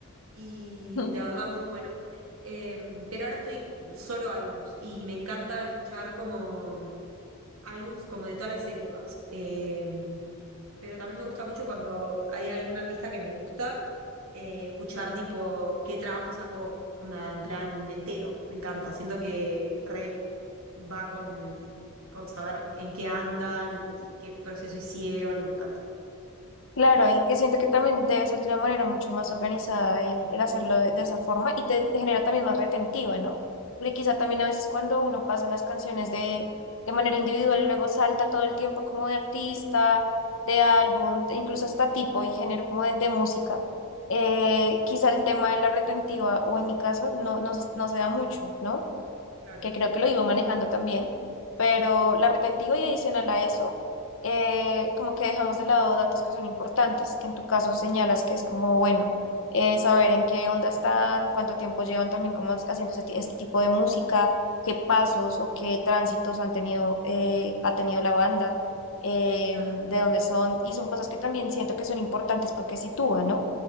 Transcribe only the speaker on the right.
Y
la verdad muy bueno. Eh, pero ahora estoy solo álbums y me encanta escuchar como álbums como de todas las épocas. Eh, pero también me gusta mucho cuando hay algún artista que me gusta, eh, escuchar tipo qué trabajo sacó, onda, en plan entero. Me encanta, siento que re va con, con saber en qué andan y, y qué proceso hicieron y me encanta.
Claro,
claro.